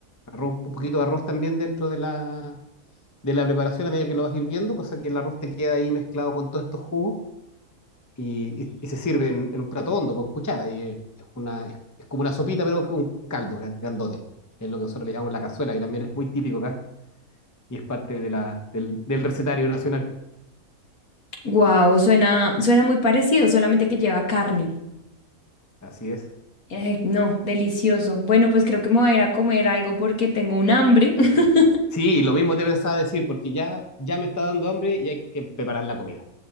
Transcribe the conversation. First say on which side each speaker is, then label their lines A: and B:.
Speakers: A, on the left (about 15°); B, on the left (about 75°).
A: arroz, un poquito de arroz también dentro de la, de la preparación a medida que lo vas hirviendo, cosa que el arroz te queda ahí mezclado con todos estos jugos y, y- y se sirve en, en un plato hondo, con cuchara. Y eh, es, una, es, es como una sopita, pero con un caldo gran- grandote. Es lo que nosotros le llamamos la cazuela, que también es muy típico acá y es parte de la, del, del recetario nacional.
B: Wow, suena, suena muy parecido, solamente que lleva carne.
A: Así es.
B: Ay, no, delicioso. Bueno, pues creo que me voy a ir a comer algo porque tengo un hambre. <laughs>
A: Sí, lo mismo te pensaba decir, porque ya, ya me está dando hambre y hay que preparar la comida.